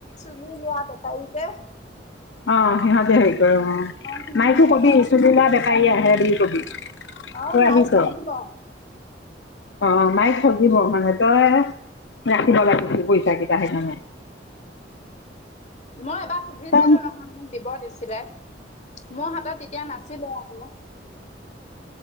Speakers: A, on the left (about 40°); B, on the left (about 75°).
A: চুলি লোৱা বে চালিতে
B: অ সিহতি হেই অ
A: সিহঁতিয়ে
B: মাইকো কবি
A: লয়
B: ছোলী লোৱো বে গাড়ী আহে বুলি কবি।
A: অ
B: তই
A: নাই
B: আহিছ?
A: ঠগিব
B: অ মাইক ঠগিব। মানে তই ৰাখিব লাগিছিল পইচা কেইটা সেইকাৰণে।
A: মই এবাৰ সুধিছিলো
B: তই
A: নহয় ম দিব দিছিলে। মোৰ হাতত তেতিয়া নাছিলে আকৌ।